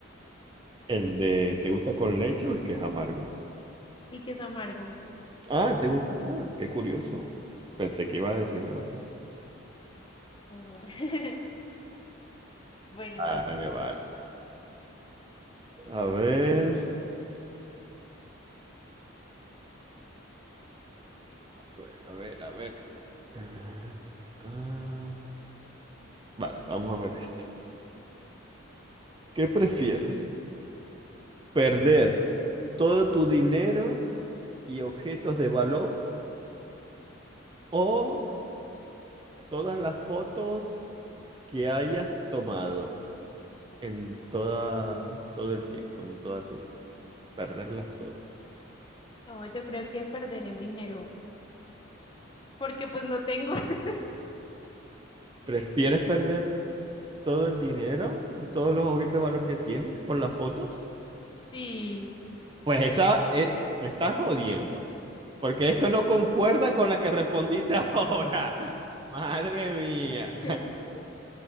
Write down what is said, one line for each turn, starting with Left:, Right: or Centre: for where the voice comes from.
Right: El de, ¿te gusta con leche o el que es amargo?
Left: El que es amargo.
Right: Ah, te gusta. Ah, qué curioso. Pensé que ibas a decir otro.
Left: No, no. <laughs> Bueno,
Right: Vale,
Left: así.
Right: vale. A ver. A ver, a ver. a ver. Ta, ta, ta. Vale, vamos a ver esto. ¿Qué prefieres? ¿Perder todo tu dinero y objetos de valor o todas las fotos que hayas tomado? en toda, todo el tiempo, en toda tu vida, perderlas todas.
Left: No, yo creo que perder el dinero, porque pues no tengo. <laughs>
Right: ¿Prefieres perder todo el dinero y todos los objetos de valor que tienes por las fotos?
Left: Sí.
Right: Pues esa eh, me estás jodiendo, porque esto no concuerda con la que respondiste <laughs> ahora. Madre mía.
Left: <laughs>